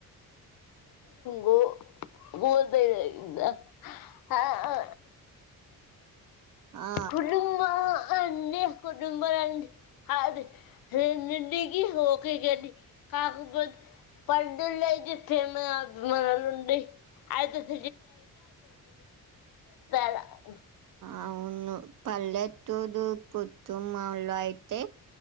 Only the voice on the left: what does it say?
గో <unintelligible> ఆ
కుటుంబంలో అన్ని నంబర్ అండి అది రెంటికి ఒకే గల్లి కాకపోతే పండుగలయితే ప్రేమ అభిమానాలు ఉండయి అయితే <unintelligible>